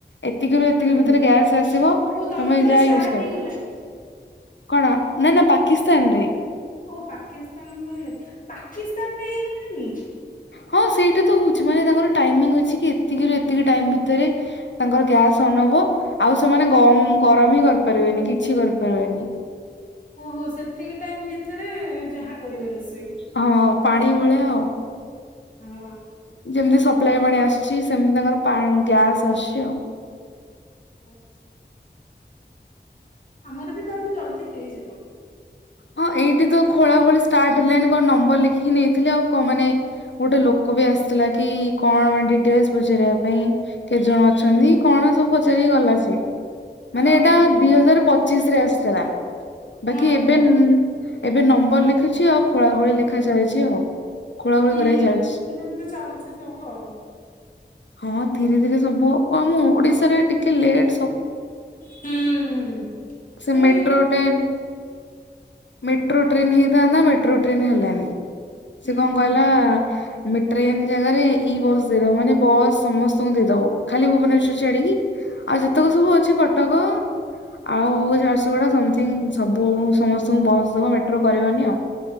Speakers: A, on the left (about 80°); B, on the left (about 45°).
A: ଏତିକିରୁ ଏତିକି
B: ହୁଁ
A: ଭିତରେ ଗ୍ୟାସ୍ ଆସିବ
B: ଓ ତମର
A: ତମେ
B: ତାହେଲେ
A: ଯାହା
B: ଷ୍ଟାର୍ଟ
A: ୟୁଜ୍ କର।
B: ହେଇଗଲାଣି
A: କଣ ନା ନା ପାକିସ୍ତାନରେ।
B: ଓଃ ପାକିସ୍ତାନ କହିଲ, ପାକିସ୍ତାନରେ ହେଇଗଲାଣି?
A: ହଁ ସେଇଟି ତ ହଉଛି ମାନେ ତାଙ୍କର ଟାଇମିଙ୍ଗ୍ ଅଛି କି ଏତିକିରୁ ଏତିକି ଟାଇମ୍ ଭିତରେ ତାଙ୍କର ଗ୍ୟାସ୍ ଅନ୍ ହବ, ଆଉ ସେମାନେ ଗମ୍ ଗରମ ହିଁ କରିପାରିବେନି କିଛି କରିପାରିବେନି।
B: ଓହୋ ସେତିକି ଟାଇମ୍ ଭିତରେ ଯାହା କରିବ ରୋଷ୍
A: ହଁ ପାଣି ଭଳିଆ ଆଉ।
B: ହଁ
A: ଯେମିତି ସପ୍ଲାଇ ପାଣି ଆସୁଛି ସେମିତି ତାଙ୍କର ପାଣ୍ ଗ୍ୟାସ୍ ଆସୁଛି ଆଉ।
B: <unintelligible> ଆମର ବି ତାହେଲେ ଜଲ୍ଦି ହେଇଯିବ।
A: ହଁ ଏଇଠି ତ ଖୋଳା ଖୋଳି ଷ୍ଟାର୍ଟ ହେଲାଣି କଣ ନମ୍ବର ଲେଖିକି ନେଇଥିଲେ ଆଉ କ ମାନେ ଗୋଟେ ଲୋକ ବି ଆସିଥିଲା କି କଣ ପାଇଁ ଡିଟେଲ୍ସ ପଚାରିବା ପାଇଁ। କେତେ ଜଣ ଅଛନ୍ତି, କଣ ସବୁ ପଚାରିକି ଗଲା ସିଏ।
B: ହଁ
A: ମାନେ ଏଇଟା
B: ହଁ
A: ଦି ହଜାର ପଚିଶରେ ଆସିଥିଲା,
B: ହଁ
A: ବାକି ଏ
B: ହଁ
A: ଉଁ, ଏବେ ନମ୍ବର ଲେଖୁଛି ଆଉ ଖୋଳାଖୋଳି ଲେଖା ଚାଲିଛି ଆଉ। ଖୋଳା ଖୋଳି
B: ହୁଁ
A: କରିବା ଚାଲିଛି।
B: ସେ ଧିରେ ଧିରେ ଚାଲିଛି ସବୁ ଆଉ।
A: ହଁ ଧୀରେ ଧୀରେ ସବୁ ହବ, ଆମ ଓଡିଶାରେ ଟି ଏତେ ଲେଟ୍
B: ହୁଁ
A: ସେ
B: ଏ
A: ମେଟ୍ରୋ ଟ୍ରେନ୍। ମେଟ୍ରୋ
B: ହଁ
A: ଟ୍ରେନ ହେଇଥାନ୍ତା ମେଟ୍ରୋ ଟ୍ରେନ ହେଲାନି
B: ହୁଁ।
A: ସେ କଣ କହିଲା। ଟ୍ରେନ ଜାଗାରେ ଇ ବସ୍ ଦେଇଦବ ମାନେ ବସ୍ ସମସ୍ତଙ୍କୁ ଦେଇଦବ ଖାଲି ଭୁବନେଶ୍ଵର ଛାଡିକି। ଆଉ ଯେତେକ ସବୁ ଅଛି କଟକ ଆଉ ଝାରସୁଗୁଡା ସମଥିଙ୍ଗ ସବୁ। ବୁ ସମସ୍ତଙ୍କୁ ବସ ଦବ ମେଟ୍ରୋ କରିବନି ଆଉ।